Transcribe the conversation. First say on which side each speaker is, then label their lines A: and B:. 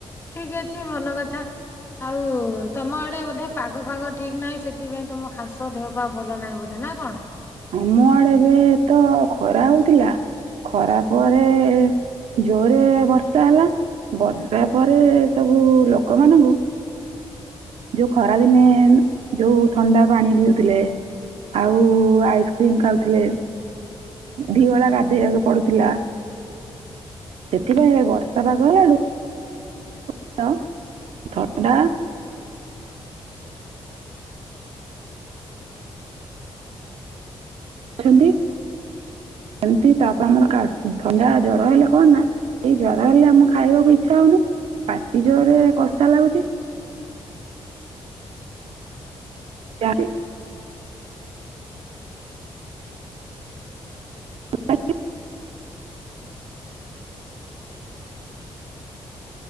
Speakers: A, on the left; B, on the right.
A: ଠିକ ଅଛି ଭଲ କଥା। ଆଉ ତମ ଆଡେ ବୋଧେ ପାଗ ଫାଗ ଠିକ ନାହିଁ ସେଥିପାଇଁ ତମ ଖାସ ଦେହ ଭଲ ନାହିଁ ବୋଧେ ନା କଣ?
B: ଅମଆଡ ଏବେ ତ ଖରା ହଉଥିଲା ଖରା ପରେ ଜୋରରେ ବର୍ଷା ହେଲା ବର୍ଷା ପରେ ସବୁ ଲୋକମାନଙ୍କୁ। ଯୋଉ ଖରା ଦିନେ ଯୋଉ ଥଣ୍ଡା ପାଣି ପିଉଥିଲେ। ଆଉ ଆଇସ୍କ୍ରିମ୍ ଖାଉଥିଲେ। ଦି ଭଳା ଗାଧେଇବାକୁ ପଡୁଥିଲା। ସେଥିପାଇଁ ବର୍ଷା ପାଗ ହେଲାଠୁ। ହ୍ୟାଲୋ ଥାଣ୍ଡା ଅଛନ୍ତି ଏମତି ତାପରେ ଆମର କା ଥଣ୍ଡା ଜର ହେଲେ କଣ ନା। ଏଇ ଜର ହେଲେ ଆମ ଖାଇବାକୁ ଇଚ୍ଛା ହଉନି ପାଟି ଜୋରରେ କଷା ଲାଗୁଛି। ଯାରେ <unintelligible>